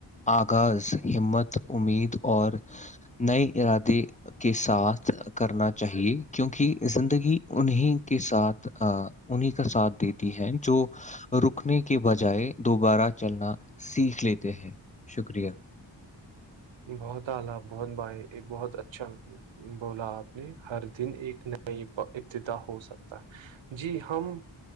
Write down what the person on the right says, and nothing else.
بہت اعال بہت بھائی ایک بہت اچھا بولا آپ نے ہر دن ایک نئی ابتدا ہو سکتا ہے جی ہم